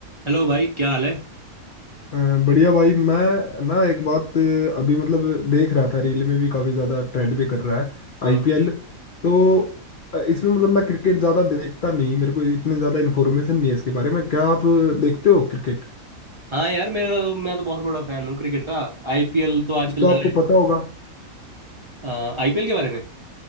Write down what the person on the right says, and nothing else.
हेलो भाई क्या हाल है
हाँ
हाँ यार मेरा तो, मैं तो बहुत बड़ा फैन हूँ क्रिकेट का आईपीएल तो आजकल
लगा
है आईपीएल के बारे में